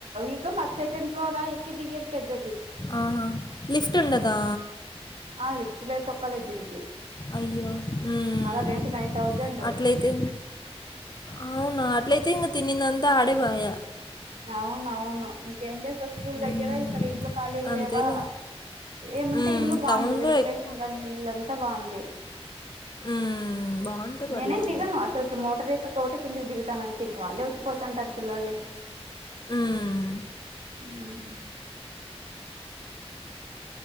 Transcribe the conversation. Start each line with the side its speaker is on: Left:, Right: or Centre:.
Right: ఇక మది సెకండ్ ఫ్లోరా ఎక్కి దిగిరి పెద్ద
Left: ఆహా! లిఫ్ట్ ఉండదా?
Right: ఆ లిఫ్ట్ లోయితే దు దీనికి
Left: అయ్యో! హ్మ్.
Right: మల్ల రెంట్ నైన్ తౌసండ్
Left: అట్లయితే అవునా? అట్లయితే తినందంతా అడేబాయ
Right: అవున అవును ఇంకేం చేస్తావు స్కూల్
Left: హ్మ్.
Right: దగ్గర ఇక్కడ ఇల్లు ఖాళీగ
Left: అంతేలే.
Right: లేవా ఏమంటే
Left: హ్మ్.
Right: ఇల్లు బాగుంది
Left: టౌన్‌లో
Right: వెంటిలేషన్
Left: ఎక్
Right: కానీ ఇల్లు అంత బాగుంది
Left: హ్మ్. బావుంటే పర్లేదులే.
Right: నేనేం దిగను అసలుకి మోట ర్ కోటి కిందకి దిగుతానంతే ఇంకా వాళ్ళే వచ్చిపోతంటారు పిల్లలు
Left: హ్మ్
Right: హ్మ్